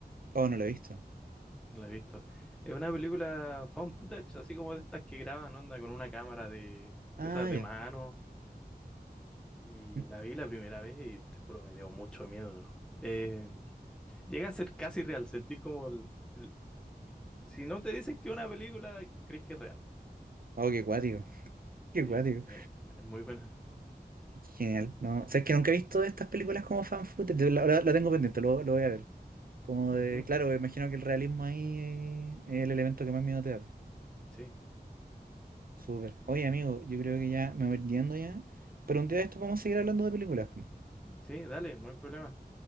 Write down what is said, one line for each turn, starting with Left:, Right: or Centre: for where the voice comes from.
Right: Oh, no la he visto.
Centre: No la he visto. Es una película found footage, así como de estas que graban onda con una cámara de,
Right: Ah,
Centre: de esas de
Right: ya.
Centre: mano. Y
Right: Mm.
Centre: la vi la primera vez y te juro me dio mucho miedo. Eh, llega a ser casi real. Sentís como el- el- si no te dicen que es una película, crees que es real.
Right: Oh, qué cuático. <laughs> Qué
Centre: Sí,
Right: cuático.
Centre: eh, es muy buena.
Right: Genial. No, o sea, es que nunca he visto estas películas como fan footage. La, la- la tengo pendiente, lo, lo voy a ver. Como
Centre: Ujú,
Right: de, claro, me imagino que el realismo ahí eh, es el elemento que más miedo te da.
Centre: sí,
Right: Súper. Oye, amigo, yo creo que ya me voy yendo ya. Pero un día de esto vamos a seguir hablando de películas.
Centre: sí, dale, no hay problema.